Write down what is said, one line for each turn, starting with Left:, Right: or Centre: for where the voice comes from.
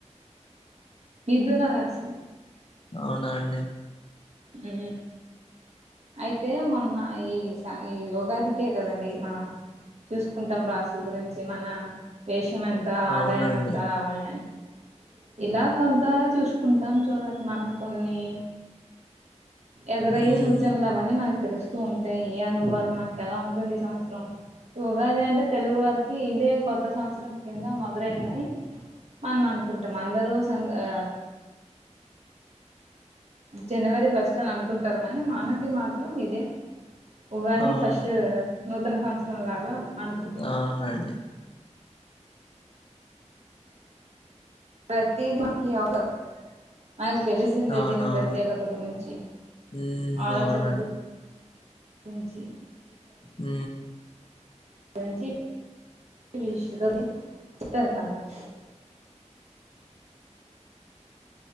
Right: మిధున రాశి
Left: అవునా అండి
Right: ఊ అయితే మొన్న ఈ స ఈ ఉగాదికే కదండి మనం చూసుకుంటాం రాసుల గురించి మన వేషం ఎంత
Left: అవునండి
Right: ఆదాయం ఎంత అవని అని ఇలా కొంత చూసుకుంటాం సో దట్ మనం కొన్ని ఎదరయ్యె
Left: ఉమ్
Right: సూచండ్ల్ అవన్ని మన తెలుస్తూ ఉంటాయ్ ఇ అనుభవాలు మనకి ఎలా ఉంటుంది ఈ సంవత్సరం ఉగాది అంటే తెలుగు వారికి ఇదే కొత్త సంవత్సరం కింద మదరైందని మనమనుకుంటాం అందరూ సంగ ఆ జనవరి ఫస్టు అనుకుంటారు కానీ మనకి మాత్రం ఇదే ఉగాది
Left: అవును
Right: ఫస్టు నూతన సంవత్సరం లాగా అనుకుంటాం
Left: అవునండి
Right: ప్రతీది మాకి <unintelligible> నాకి తెలిసిందే
Left: అవునవును
Right: దీని ప్రత్యేకత గురించి
Left: ఉమ్
Right: ఆలోచనల
Left: అవునండి
Right: గురిం వుంచి
Left: ఊ
Right: <unintelligible>